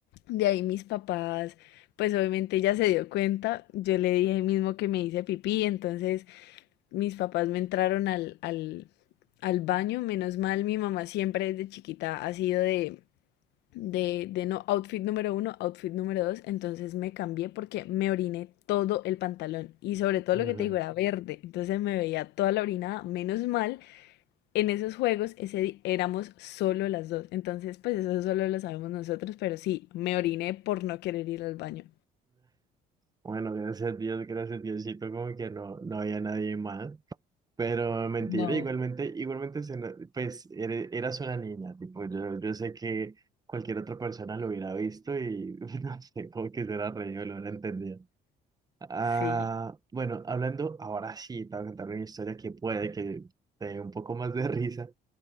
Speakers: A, on the left (about 85°); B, on the right (about 20°).
A: de ahí mis papás, pues obviamente ella se dio cuenta, yo le dije mismo que me hice pipí, entonces mis papás me entraron al, al, al baño, menos mal, mi mamá siempre desde chiquita ha sido de, de, de no outfit número uno, outfit número dos, entonces me cambié porque me oriné todo el pantalón y sobre todo
B: Ujú.
A: lo que te digo era verde, entonces me veía toda la orinada, menos mal, en esos juegos ese di- éramos solo las dos, entonces pues eso solo lo sabemos nosotros, pero sí, me oriné por no querer ir al baño.
B: Bueno, gracias a Dios, gracias Diosito, como que no, no había nadie más. Pero mentira,
A: No,
B: igualmente, igualmente, se no- pues ere- eras una niña, tipo, yo, yo sé que cualquier otra persona lo hubiera visto y <laughs> no sé, como que se hubiera reído, lo hubiera entendido. Ah,
A: sí,
B: bueno, hablando ahora sí, te voy a contar una historia que puede que te dé un poco más de risa.